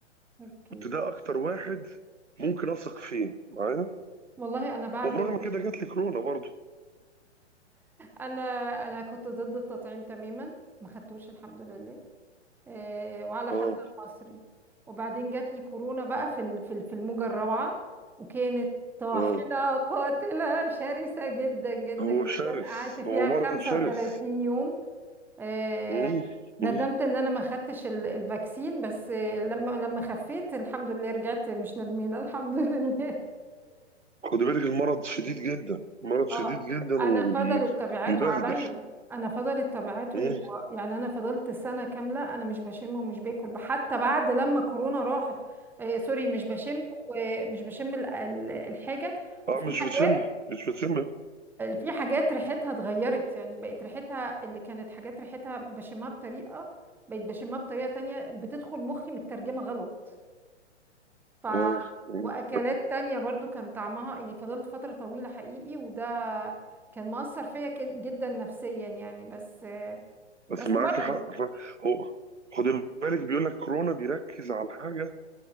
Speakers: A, in the centre; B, on the right.
A: اوكي
B: كنت ده اكتر واحد ممكن اثق فيه معايا
A: والله انا بعد
B: وبرغم
A: ال...
B: كده جات لي كورونا برضو
A: انا انا كنت ضد التطعيم تماما ما خدتوش الحمد لله آه، وعلى
B: اه
A: حتى المصري وبعدين جات لي كورونا بقى في ال- في ال- في الموجة الرابعة وكانت طاحنة
B: اه
A: قاتلة شرسة جدا جدا
B: هو
A: جدا
B: شرس
A: قعدت فيها
B: هو مرض
A: 35
B: شرس
A: يوم آه،
B: مم.
A: ندمت
B: مم.
A: ان انا ما خدتش ال- الفاكسين بس آه، لما لما خفيت الحمد لله رجعت مش ندمانة <laughs> الحمد لله
B: خد بالك المرض شديد جدا مرض شديد
A: اه
B: جدا
A: انا
B: وبيبهدل
A: فضلت تبعته عليا انا فضلت تبعته
B: اه
A: يعني انا فضلت سنه كامله انا مش بشم ومش باكل حتى بعد لما كورونا راحت آه سوري مش بشم ومش بشم ال- ال- الحاجه
B: اه
A: وفي
B: مش
A: حاجات
B: بتشمي مش بتشمي
A: في حاجات ريحتها اتغيرت يعني بقت ريحتها اللي كانت حاجات ريحتها بشمها بطريقه بقت بشمها بطريقه تانية بتدخل مخي مترجمه غلط ف
B: اه آه.
A: واكلات تانية برضو كان طعمها يعني فضلت فترة طويلة حقيقي وده كان مؤثر فيا كد- جدا نفسيا يعني بس
B: بس
A: بس
B: معاك
A: برضو
B: حق ف- هو خد بالك بيقول لك كورونا بيركز على الحاجه